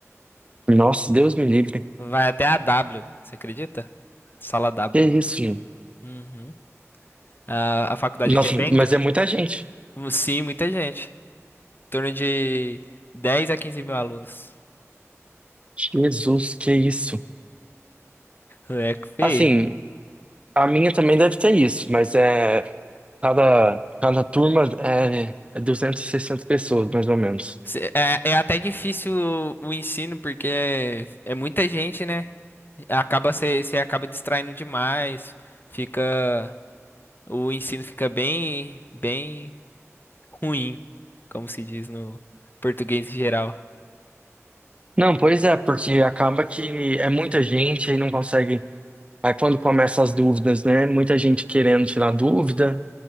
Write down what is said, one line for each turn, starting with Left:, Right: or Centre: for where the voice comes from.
Right: Nossa, Deus me livre.
Left: Vai até a W, você acredita? Sala W.
Right: Que isso, gente?
Left: Uhum. A, a faculdade
Right: Nossa,
Left: aqui é bem.
Right: mas
Left: gr-
Right: é muita gente.
Left: Sim, muita gente. Em torno de 10 a 15 mil alunos.
Right: Jesus, que isso.
Left: É que feio.
Right: Assim, a minha também deve ter isso, mas é cada, cada turma é, é 260 pessoas, mais ou menos.
Left: Cê- É, é até difícil o o ensino, porque é, é muita gente, né? Acaba você acaba distraindo demais. Fica o ensino fica bem bem ruim, como se diz no português em geral.
Right: Não, pois é, porque acaba que é muita gente e não consegue. Aí quando começa as dúvidas, né? Muita gente querendo tirar dúvida,